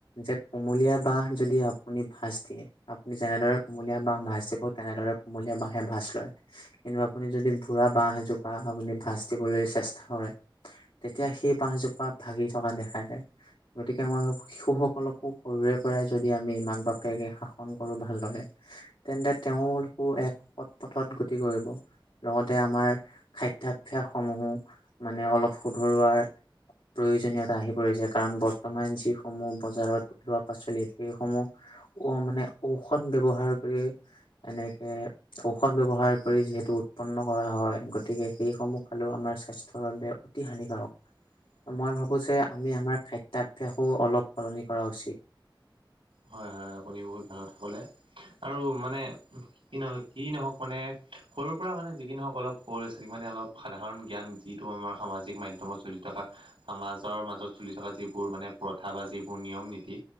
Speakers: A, on the left (about 80°); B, on the right (about 80°).
A: যে কুমলীয়া বাঁহ যদি আপুনি ভাজ দিয়ে আপুনি যেনেদৰে কুমলীয়া বাঁহ ভাঁজ দিব তেনেদৰে কুমলীয়া বাঁহে ভাঁজ লয়। কিন্তু আপুনি যদি বুঢ়া বাহঁ এজোপা আপুনি ভাঁজ দিবলৈ চেষ্টা কৰে তেতিয়া সেই বাঁহজোপা ভাগি থকা দেখা যায়। গতিকে মই ভাবোঁ শিশুসকলকো সৰুৰে পৰাই যদি আমি মাক বাপেকে শাসন কৰো ভালদৰে তেন্তে তেওঁলোকো এক সৎ পথত গতি কৰিব। লগতে আমাৰ খাদ্যাভ্যাস সমূহো মানে অলপ শুধৰোৱাৰ প্ৰয়োজনীয়তা আহি পৰিছে কাৰণ বৰ্তমান যিসমূহ বজাৰত ওলোৱা পাচলি সেইসমূহ ঔ মানে ঔষধ ব্যৱহাৰ কৰি এনে এ ঔষধ ব্যৱহাৰ কৰি যিহেতু উৎপন্ন কৰা হয় গতিকে সেইসমূহ খালেও আমাৰ স্বাস্থ্যৰ বাবে অতি হানিকাৰক।
B: হয়নে
A: মই ভাবো যে আমি আমাৰ খাদ্যাভ্যাসো অলপ সলনি কৰা উচিত।
B: হয় হয় আপুনি বহুত ডাঙৰ কথা ক'লে আৰু মানে কি নহয় কি নহওক মানে সৰুৰ পৰা মানে যিকি নহওক অলপ সৰু ল'ৰা ছোৱালীক মানে অলপ সাধাৰণ জ্ঞান যিটো আমাৰ সামাজিক মাধ্যমত চলি থকা সমাজৰ মাজত চলি থকা যিবোৰ মানে প্ৰথা বা যিবোৰ নিয়ম নীতি